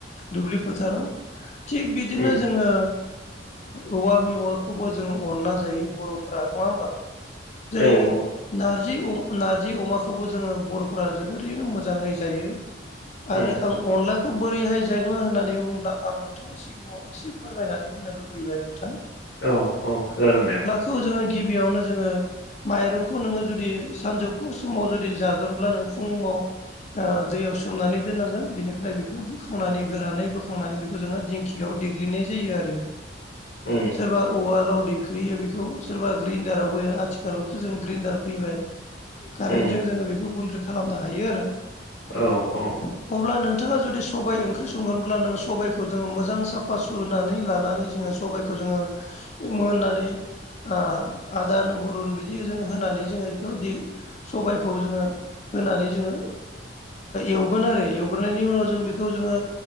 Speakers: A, on the left; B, on the left.
A: दुब्लि फोथाराव थिग बिदिनो
B: उम
A: जोङो। औवा मेवाखौबो जोंङो अनला जायो बर'फोरा नङा होमबा। जेरै
B: औ औ
A: नार्जि नार्जि अमाखौबो जोङो बर'फोरा जोब बोरैनो मोजाङै जायो
B: उम
A: आरो आं अनलाखौ खौ बोरैहाय जायो होननानै बुंङोब्ला आं नोंथांनि सिगाङाव एसे फोरमायनानै होनो लुबैबाय नोंथां
B: औ औ जागोन दे।
A: खौ जोङो गिबियावनो जोङो माइरंखौ नोङो जुदि जुदि सानजौफु समाव जुदि जागोनब्ला नों फुुंङाव दैयाव सोमनानै दोननांगोन बिनिफ्राय बेखौ बोखांनानै गोरानै बोखांनानै बेखौ जोङो दिंखि याव देग्लिनाय जायो आरो
B: उम
A: सोरबा औवा उवालाव दे गोख्रेयो <unintelligible> बेखौ सोरबा ग्र्रिन्दडाराव होयो आथिखालावथ' जों ग्रेन्दडार फैबाय। कारेन्टजों
B: उम
A: जोङो बेखौ गन्द्रि खालामनो हायो आरो।
B: औ औ।
A: अब्ला नोंथाङा जुदि सबाइ ओंख्रि संगोनब्ला नों सबाइखौ जोङो मोजां साबो साफा सुनानै लानानै जोङो सबायखौ जोङो मोननानैनो ओ आदा नहुरुन बिदि जों होनानैनो जोङो बेखौ सबायखौ जोङो होनानै जोङो। एवगोन आरो एवग्रानि उनाव जों बेखौ जोङो